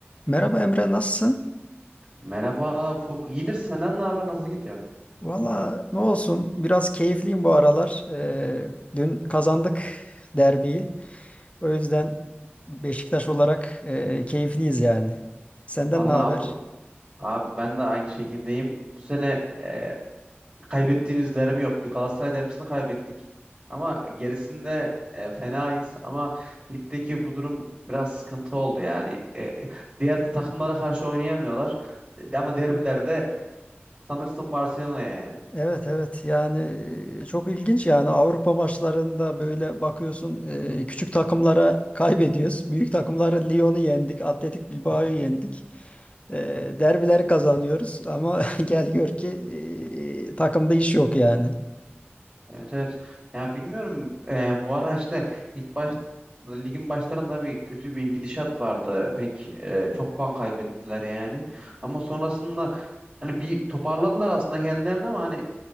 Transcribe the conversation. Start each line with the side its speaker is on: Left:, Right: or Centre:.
Left: Merhaba Emre, nasılsın?
Right: Merhaba Ufuk. İyidir senden ne haber? Nasıl gidiyor?
Left: Valla ne olsun, biraz keyifliyim bu aralar. Ee, dün kazandık derbiyi. O yüzden Beşiktaş olarak e, keyifliyiz yani. Senden
Right: Vallahi
Left: ne haber?
Right: abi, abi ben de aynı şekildeyim. Bu sene e, kaybettiğimiz derbi yok. Bir Galatasaray derbisini kaybettik. Ama gerisinde e, fenayız. Ama ligdeki bu durum biraz sıkıntı oldu yani. E, diğer takımlara karşı oynayamıyorlar. De- Ama derbilerde sanırsın Barcelona'ya yani.
Left: Evet evet yani e, çok ilginç yani Avrupa maçlarında böyle bakıyorsun e, küçük takımlara kaybediyoruz. Büyük takımlara Lyon'u yendik, Atletik Bilbao'yu yendik. E, derbileri kazanıyoruz ama <laughs> gel gör ki e, takımda iş yok yani.
Right: Evet evet. Ya bilmiyorum e, bu ara işte ilk baş ligin başlarında bir kötü bir gidişat vardı. Pek e, çok puan kaybettiler yani. Ama sonrasında hani bir toparladılar aslında kendilerini ama hani